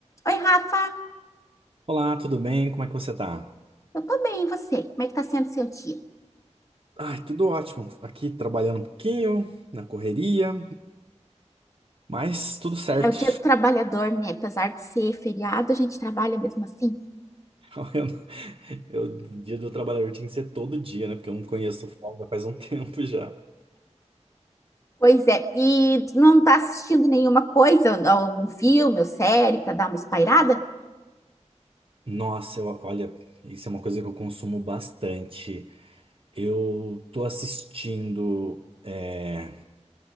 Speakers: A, on the left (about 25°); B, on the right (about 45°).
A: Oi, Rafa,
B: Olá, tudo bem? Como é que você tá?
A: eu tô bem, e você? Como é que tá sendo o seu dia?
B: Ai, tudo ótimo. Aqui trabalhando um pouquinho, na correria, mas tudo certo.
A: É o dia do trabalhador, né? Apesar de ser feriado, a gente trabalha mesmo assim.
B: <laughs> Eu, não- eu- o dia do trabalhador tinha que ser todo dia, né? Porque eu não conheço folga faz um <laughs> tempo já.
A: Pois é, e tu não tá assistindo nenhuma coisa, algum filme ou série pra dar uma espairada?
B: Nossa, eu- olha, isso é uma coisa que eu consumo bastante. Eu tô assistindo. é,